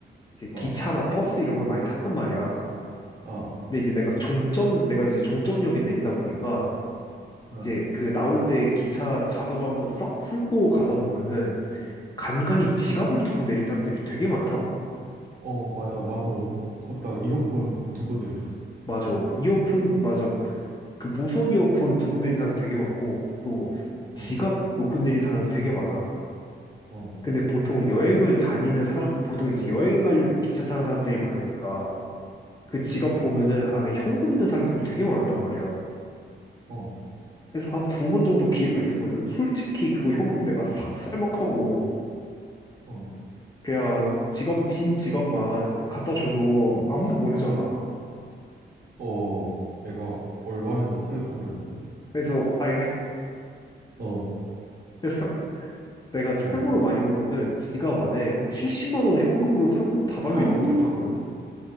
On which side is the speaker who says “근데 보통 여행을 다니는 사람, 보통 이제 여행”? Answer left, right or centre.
Left